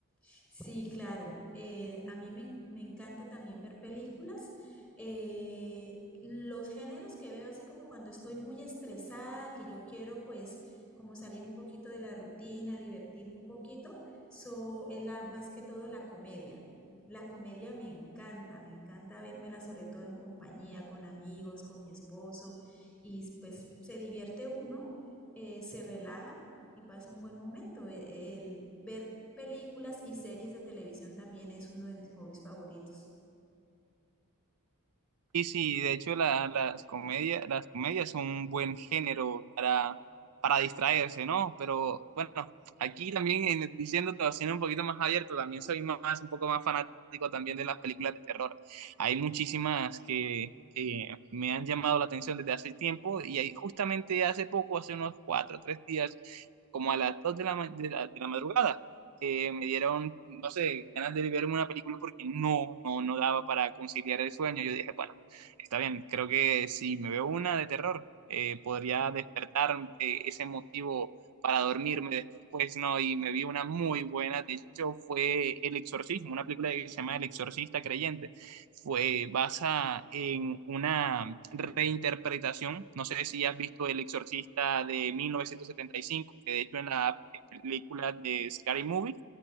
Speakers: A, in the centre; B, on the right (about 85°).
A: Sí, claro, eh, a mí me, me encanta también ver películas. Eh, los géneros que veo así como cuando estoy muy estresada, que yo quiero pues como salir un poquito de la rutina, divertirme un poquito, so, es la, más que todo la comedia. La comedia me encanta, me encanta vérmela sobre todo en compañía, con amigos, con mi esposo, y pues se divierte uno, eh, se relaja y pasa un buen momento. El, el ver películas y series de televisión también es uno de mis hobbies favoritos.
B: Y sí, de hecho la- las comedias, las comedias son un buen género para, para distraerse, ¿no? Pero bueno, aquí también en- diciéndote, o siendo un poquito más abierto, también soy más, un poco más fanático también de las películas de terror. Hay muchísimas que, que me han llamado la atención desde hace tiempo y ahí justamente hace poco, hace unos cuatro o tres días, como a las dos de la, ma- de la, de la madrugada. eh, me dieron, no sé, ganas de verme una película porque no, no, no daba para conciliar el sueño. Yo dije, bueno, Está bien, creo que si me veo una de terror, eh, podría despertar eh, ese motivo para dormirme después, ¿no? Y me vi una muy buena, de hecho fue El Exorcismo, una película que se llama El Exorcista Creyente. Fue basada en una reinterpretación, no sé si has visto El Exorcista de 1975, que de hecho en la película de Scary Movie